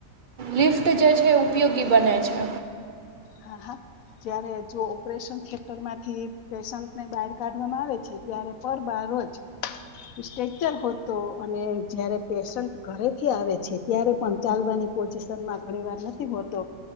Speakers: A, on the right; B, on the left.
A: લિફ્ટ જે છે ઉપયોગી બને છે.
B: હા હા. જય્યારે જો ઓપરેશન થયેટર માંથી પેશન્ટને બહાર કાઢવામાં આવે છે ત્યારે પરબાર રોજ સ્ટેકચર હતો અને જયારે પેશન્ટ ઘરેથી આવે છે ત્યારે પણ ચાલવાની પોઝિશન માં ઘણી વાર નથી હોતો